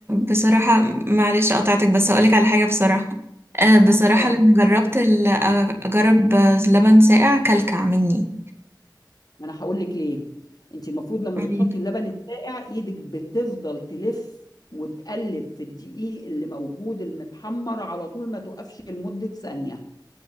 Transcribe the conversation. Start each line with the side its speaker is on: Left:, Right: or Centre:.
Right: بصراحة معلش قطعتك بس هقولك على حاجة بصراحة آه، بصراحة
Left: اه
Right: لما جربت ال- اجرب لبن ساقع كلكع مني
Left: ما انا هقول لك ليه انت المفروض لما
Right: عجيب.
Left: بتحطي اللبن الساقع ايدك بتفضل تلف وتقلب في الدقيق اللي موجود المتحمر على طول ما توقفش لمده ثانيه